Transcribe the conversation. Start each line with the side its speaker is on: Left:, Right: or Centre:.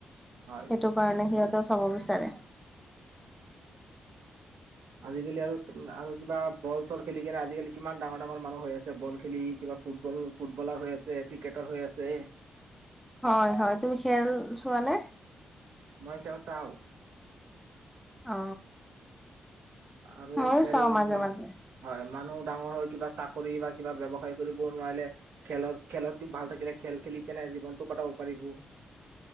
Right: হয়
Centre: সেইটো কাৰণে সিহঁত চাব বিচাৰে
Right: আজিকালি আৰু, আৰু কিবা বল, চল খেলি কিনে। আজিকালি কিমান ডাঙৰ, ডাঙৰ মানুহ হৈ আছে। বব খেলি কিবা ফুটবলৰ ফুটবলাৰ হৈ আছে। ক্ৰিকেটাৰ হৈ আছে
Centre: হয় হয় তুমি খেল চোৱানে
Right: মই খেল চাওঁ।
Centre: অ
Right: আৰু
Centre: ময়ো
Right: খেল,
Centre: চাও মাজে
Right: মানে,
Centre: মাজে
Right: হয় মানুহ ডাঙৰ হৈ কিবা চাকৰি বা কিবা ব্যৱসায় কৰিব নোৱাৰিলে, খেলত, খেলত যদি ভাল থাকিলে খেল খেলি কেনেই জীৱনতটো কটাব পাৰিব।